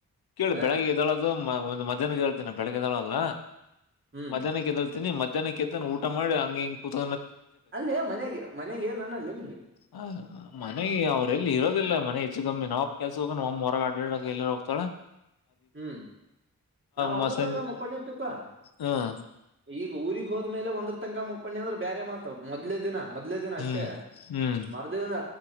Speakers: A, on the left; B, on the right.
A: ಕೇಳಿ
B: ಹ
A: ಬೆಳಗ್ಗೆ ಇದ್ದೊಳದು ಒಂದ್ ಮಧ್ಯಾಹ್ನ ಕೇಳ್ತೇನ ಬೆಳಗ್ಗೆದಳಲ್ಲ
B: ಹ್ಮ್
A: ಮಧ್ಯಾಹ್ನಕ್ಕೆದಳ್ತೀನಿ ಮಧ್ಯಾಹ್ನಕ್ಕೆ ಊಟ ಮಾಡಿ ಹಂಗಿಂಗ ಕುತ್
B: ಅಲ್ಲೇ ಮನೆಗೆ ಮನೆಗೆ ನನ್ನಲ್ಲೇ
A: ಹ ಮನೆ ಅವ್ರಲ್ಲಿ ಇರೋದೆಲ್ಲ ಮನೆ ಸಿಗಮ್ಮಿ ನಾಪ್ ಕೆಲ್ಸ ಹೋಗ ನಮ್ಮ ಹೊರಗ ಅಡ್ಡ ಎಲ್ಲ ಹೋಗ್ತಳ
B: ಹ್ಮ್ ನಾವ ಒಂದ್ರ
A: ಮ ಸಂಜೆ
B: ತನಕ ಮುಕ್ಕೊಂಡೆತ್ತುಕ್ಕ
A: ಹ್ಮ್
B: ಈಗ ಊರಿಗ್ ಹೋದ್ಮೇಲೆ ಒಂದ್ರ ತನಕ ಮುಕ್ಕ ಪಪ್ಪಣಿ ಅಂದ್ರ ಬೇರೆ ಮಾತತ್ ಮೊದ್ಲೇ ದಿನ ಮೊದ್ಲೇ ದಿನ
A: ಹ್ಮ್
B: ಅಷ್ಟೇ
A: ಹ್ಮ್
B: ಮರ್ದ್ರ